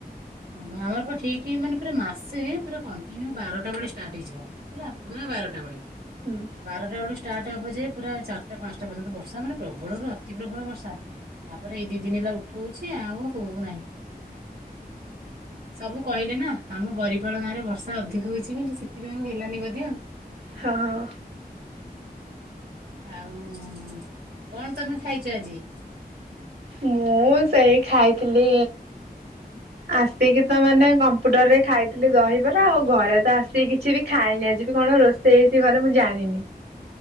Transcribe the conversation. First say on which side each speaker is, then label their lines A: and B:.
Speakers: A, on the right; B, on the right.
A: ହଁ ଆମର ପୁରା ଠିକ୍ ମାସେ ପୁରା କଣ୍ଟିନ୍ୟୁ ବାରଟା ବେଳେ ଷ୍ଟାର୍ଟ ହେଇଯିବ। ହେଲା ପୁରା ବାରଟା ବେଳେ
B: ହୁଁ
A: ବାରଟା ବେଳୁ ଷ୍ଟାଟେ ହବ ଯେ ପୁରା ଚାରିଟା ପାଁସଟା ପର୍ଯ୍ୟନ୍ତ ବର୍ଷା ମାନେ ପ୍ରବଳରୁ ଅତି ପ୍ରବଳ ବର୍ଷା। ତାପରେ ଏଇ ଦି ଦିନି ହେଲା ଉଠୋଉଚି ଆଉ ହୋ ଉନାହିଁ। ସବୁ କହିଲେ ନା ଆମ ବରିପାଳ ଗାଁରେ ବର୍ଷା ଅଧିକ ହୋଉଚି ବୋଲି ସେଥିପାଇଁ ଆଉ ହେଲାନି ବୋଧେ ଆଉ।
B: ହଁ।
A: ଆଉ କଣ ତମେ ଖାଇଚ ଆଜି?
B: ମୁଁ ସେଇ ଖାଇଥିଲି ଆସିକି ତ ମାନେ କମ୍ପୁଟର ରେ ଖାଇଥିଲି ଦହିବରା ଆଉ ଘରେ ତ ଆସିକି କିଛି ବି ଖାଇନି ଆଜି ବି କଣ ରୋଷେଇ ହେଇଚି ଘରେ ମୁଁ ଜାଣିନି।